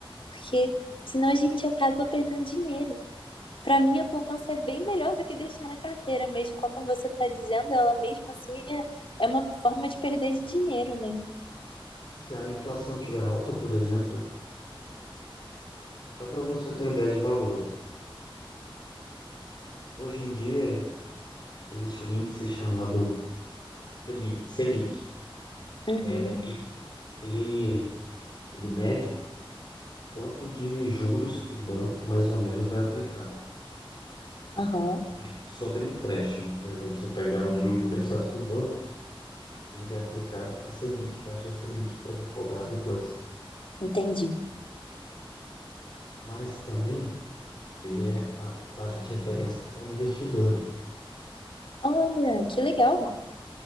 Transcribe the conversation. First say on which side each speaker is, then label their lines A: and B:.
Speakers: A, on the left; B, on the left.
A: porque senão a gente acaba perdendo dinheiro. Para mim, a poupança é bem melhor do que deixar na carteira, mas como você está dizendo, ela mesmo assim é, é uma forma de perder dinheiro, né?
B: Se a inflação tiver alta, por exemplo, só para você ter uma ideia de valores. Hoje em dia, existe um índice chamado selic Selic.
A: Uhum,
B: É, ele, ele, ele mede o quanto de juros que o banco mais ou menos vai aplicar.
A: aham,
B: Sobre, sobre empréstimo, por exemplo, se eu pegar um dinheiro emprestado com o banco, ele vai aplicar a Selic, taxa Selic, para me cobrar depois.
A: entendi.
B: Mas também ele é a taxa de referência para investidores.
A: Olha, que legal.